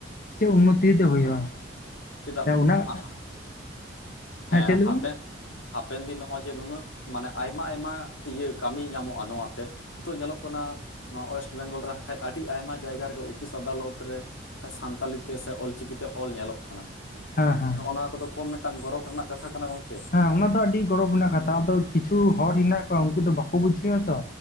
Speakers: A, on the left; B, on the left.
A: ᱪᱮᱫ ᱩᱱᱱᱚᱛᱤ ᱫᱚ ᱦᱩᱭᱩᱜᱼᱟ
B: ᱪᱮᱫᱟᱜ
A: ᱚᱱᱟ
B: ᱟᱦᱟ ᱦᱮᱸ
A: ᱪᱮᱫ ᱞᱟᱹᱭᱫᱟᱢ
B: ᱦᱟᱯᱮ ᱦᱟᱯᱮᱱ ᱫᱤᱱ ᱱᱚᱜᱼᱚᱭ ᱡᱮ ᱱᱩᱱᱟᱹᱜ ᱢᱟᱱᱮ ᱟᱭᱢᱟ ᱟᱭᱢᱟ ᱤᱭᱟᱹ ᱠᱟᱹᱢᱤ ᱧᱟᱢᱚᱜᱼᱟ ᱱᱚᱣᱟ ᱛᱮ ᱱᱤᱛᱚᱜ ᱧᱮᱞᱚᱜ ᱠᱟᱱᱟ ᱱᱚᱣᱟ ᱳᱭᱮᱥᱴ ᱵᱮᱝᱜᱚᱞ ᱨᱮᱠᱷᱟᱡ ᱟᱹᱰᱤ ᱟᱭᱢᱟ ᱡᱟᱭᱜᱟ ᱨᱮᱜᱮ ᱚᱯᱷᱤᱥ ᱟᱫᱟᱞᱚᱛ ᱨᱮ ᱥᱟᱱᱛᱟᱞᱤ ᱛᱮ ᱥᱮ ᱚᱞᱪᱤᱠᱤ ᱛᱮ ᱚᱞ ᱧᱮᱞᱚᱜ ᱠᱟᱱᱟ᱾
A: ᱦᱮᱸ ᱦᱮᱸ
B: ᱦᱚᱸᱜᱼᱚ ᱱᱟᱜ ᱠᱚᱫᱚ ᱠᱚᱢ ᱢᱤᱫᱴᱟᱝ ᱜᱚᱨᱚᱵᱽ ᱨᱮᱱᱟᱜ ᱠᱟᱛᱷᱟ ᱠᱟᱱᱟ ᱜᱚᱝᱠᱮ?
A: ᱦᱮᱸ ᱚᱱᱟ ᱫᱚ ᱟᱹᱰᱤ ᱜᱚᱨᱚᱵᱽ ᱨᱮᱱᱟᱜ ᱠᱟᱛᱷᱟ ᱟᱫᱚ ᱠᱤᱪᱷᱩ ᱦᱚᱲ ᱦᱮᱱᱟᱜ ᱠᱚᱣᱟ ᱩᱱᱠᱩ ᱫᱚ ᱵᱟᱠᱚ ᱵᱩᱡᱷᱟᱹᱣᱟ ᱛᱚ